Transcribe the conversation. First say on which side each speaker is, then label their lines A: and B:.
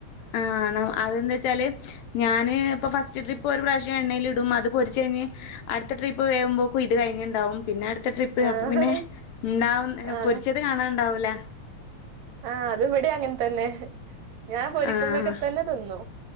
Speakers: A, on the left; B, on the right.
A: ആ അത് എന്താച്ചാല്. ഞാന് ഇപ്പോ ഫസ്റ്റ് ട്രിപ്പ് ഒരു പ്രാവശ്യം എണ്ണയിൽ ഇടും അത് പൊരിച്ച് കഴിഞ്. അടുത്ത ട്രിപ്പ് വേവുമ്പോയക്കും ഇത് കഴിഞ്ഞിണ്ടാവും. പിന്നെ അടുത്ത ട്രിപ്പ്
B: ആഹ്
A: അപ്പൊ പിന്നെ ഇണ്ടാവും എ
B: ആഹ്
A: പൊരിച്ചത് കാണാണ്ടാവൂല.
B: ആഹ് അത് ഇവടി അങ്ങന തന്നെ. ഞാൻ പൊരിക്കുമ്പോകട
A: ആഹ്
B: തന്നെ തിന്നും